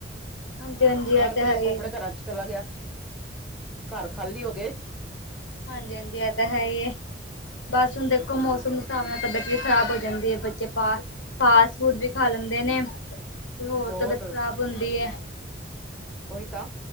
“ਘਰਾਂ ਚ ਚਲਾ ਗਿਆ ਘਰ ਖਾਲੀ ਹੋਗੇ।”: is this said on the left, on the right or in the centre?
Centre